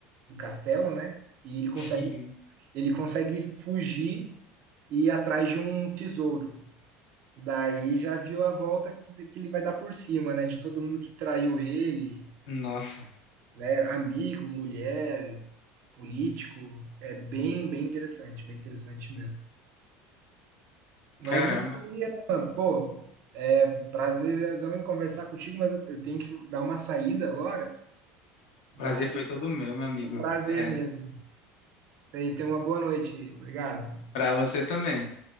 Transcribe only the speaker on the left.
Sim,
nossa,
caramba.
Prazer foi todo meu, meu amigo.
É,
pra você também.